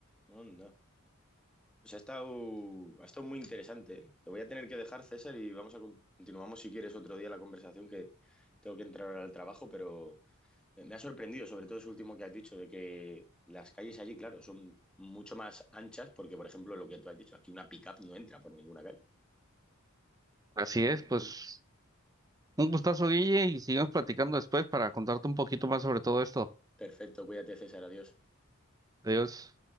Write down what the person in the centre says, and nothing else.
Anda. Pues ha estado, ha estado muy interesante, ¿eh? Te voy a tener que dejar, César, y vamos a con- continuamos si quieres otro día la conversación que tengo que entrar ahora al trabajo, pero, Me me ha sorprendido, sobre todo eso último que has dicho, de que las calles allí, claro, son mucho más anchas, porque, por ejemplo, lo que tú has dicho, aquí una pick-up no entra por ninguna calle.
Es imposible.
Perfecto, cuídate, César, adiós.